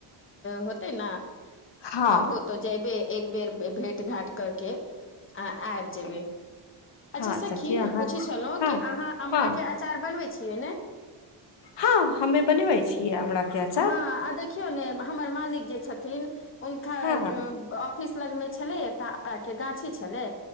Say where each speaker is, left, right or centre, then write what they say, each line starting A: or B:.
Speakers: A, on the left; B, on the left.
A: होते नऽ
B: हँ
A: कऽ भोत तो जयबे एक बेर भेंट घाट करके आ आब जेबै अच्छा
B: हँ
A: सखी हम
B: अहाँ
A: पूछै छलहुँ
B: हँ
A: कि अहाँ अमराके
B: हँ
A: अचार बनबै छियै ने
B: हँ हमे बनेबे छियै आमरा के अचार
A: हँ आ देखियौ ने हमर मालिक जे छथिन हुनकर
B: हँ
A: ऑफिस लग मे छले एकटा आमरा के गाछे छले